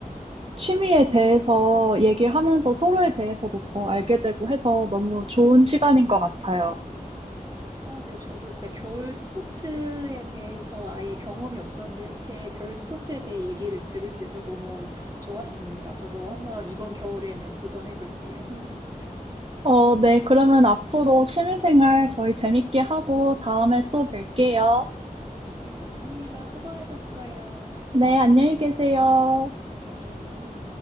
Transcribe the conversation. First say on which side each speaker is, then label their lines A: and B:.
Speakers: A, on the right; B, on the right.
A: 취미에 대해서 얘기를 하면서 서로에 대해서도 더 알게 되고 해서 너무 좋은 시간인 것 같아요.
B: 아, 네. 저도 진짜 겨울 스포츠에 대해서 아예 경험이 없었는데 이렇게 겨울 스포츠에 대해 얘기를 들을 수 있어서 너무 좋았습니다. 저도 한번 이번 겨울에는 도전해 볼게요. <laughs>
A: 어, 네, 그러면 앞으로 취미생활 저희 재밌게 하고 다음에 또 뵐게요.
B: 네, 좋습니다. 수고하셨어요.
A: 네, 안녕히 계세요.
B: 네.